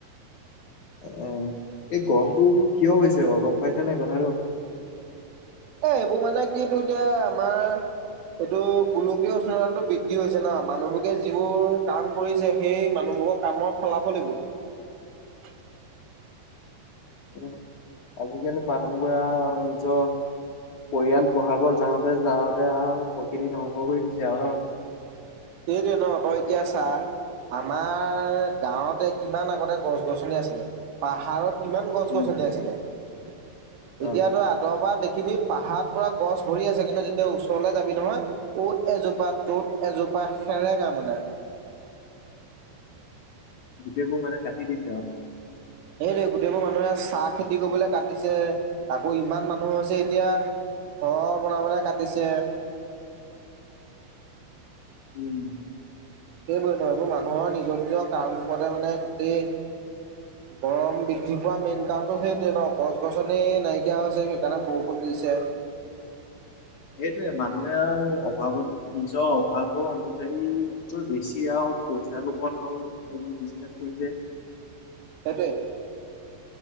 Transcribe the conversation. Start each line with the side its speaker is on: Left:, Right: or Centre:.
Left: এই গৰমটো কিয় হৈছে বাৰু গম পাইছ নে কথাটো
Right: এ এইবোৰ মানে কিটো এতিয়া আমাৰ এইটো গোলকীয় উষ্ণতাটো বৃদ্ধি হৈছে ন মানুহবোগে যিবোৰ কাম কৰিছে সেই মানুহবোৰৰ কামৰ ফলাফল এইবোৰ
Left: উম আজিকালি মানুহবোৰে নিজৰ পৰিয়াল বঢ়াব যাওঁতে যাওঁতে আৰু প্ৰকৃতি ধ্বংস কৰি দিছে আৰু
Right: সেইটোৱ ন তই এতিয়া চা আমাৰ গাঁৱতে কিমান আগতে গছ গছনি আছিলে পাহাৰত কিমান গছ
Left: ন উম
Right: গছনি আছিলে <inaudible>
Left: অ
Right: এতিয়াতো আঁতৰ পৰা দেখি দেখবি পাহাৰত পুৰা গছ ভৰি আছে কিন্তু যেতিয়া ওচৰলৈ যাবি নহয় অত এজোপা তত এজোপা প্ৰায় সেৰেঙা তাৰমানে
Left: গোটেইবোৰ মানে কাটি দিছে আৰু
Right: এইৰে গোটেইবোৰ মানুহে চাহ খেতি কৰিবলৈ কাটিছে আকৌ ইমান মানুহ হৈছে এতিয়া ঘৰ বনাবলৈ কাটিছে
Left: উম
Right: সেইবোৰে নহ এইবোৰ মানুহৰ নিজৰ নিজৰ কাৰণবোৰতে মানে গোটেই গৰম বৃদ্ধি পোৱা মেইন কাৰণতটো সেইটোৱে ন গছ গছনে নাইকিয়া হৈছে সেইকাৰণে বৰষুণ দিছে
Left: সেইটোয়ে মানুহে আৰু অভাৱত নিজৰ অভাৱৰ অনুযায়ীকৈ বেছি আৰু পইচাৰ লোভত আৰু বিজনেচ কৰিছে
Right: সেইটোৱে